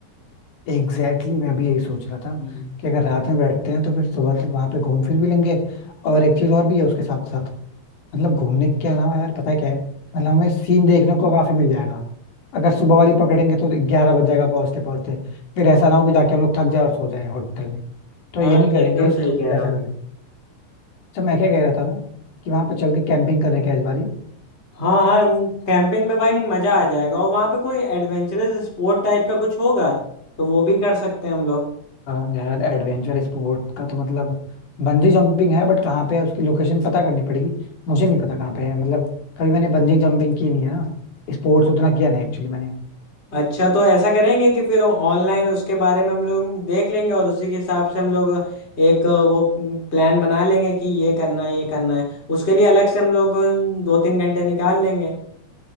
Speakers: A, on the left; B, on the left.
A: एग्जैक्टली exactly, मैं भी यही सोच रहा था
B: हम्म।
A: कि अगर रात में बैठते हैं तो फिर सुबह तक वहां पे घूम फिर भी लेंगे और एक चीज और भी है उसके साथ साथ मतलब घूमने के अलावा यार पता है क्या है मतलब हमें सीन देखने को काफी मिल जाएगा अगर सुबह वाली पकड़ेंगे तो ग्यारह बज जाएगा पहुंचते पहुंचते फिर ऐसा ना हो कि जाके हम लोग थक जाए और सो जाए होटल में तो
B: हाँ
A: ये नहीं करेंगे
B: ये एकदम सही
A: तो फिर
B: कह रहे
A: ऐसा
B: हो
A: कर लेंगे अच्छा मैं क्या कह रहा था ना कि वहां पे चल के कैंपिंग करने का इस बारी
B: हाँ हाँ कैंपिंग पे भाई मजा आ जाएगा और वहां पे कोई एडवेंचरस स्पोर्ट टाइप का कुछ होगा तो वो भी कर सकते हैं हम लोग
A: हाँ यार एडवेंचर स्पोर्ट का तो मतलब बंजी जंपिंग है बट कहाँ पे है उसकी लोकेशन पता करनी पड़ेगी मुझे नहीं पता कहाँ पे है मतलब कभी मैंने बंजी जंपिंग की नहीं है ना स्पोर्ट्स उतना किया नहीं एक्चुअली मैंने
B: अच्छा तो ऐसा करेंगे कि फिर ऑनलाइन उसके बारे में हम लोग देख लेंगे और उसी के हिसाब से हम लोग एक वो प्लान बना लेंगे कि ये करना है ये करना है उसके लिए अलग से हम लोग दो तीन घंटे निकाल लेंगे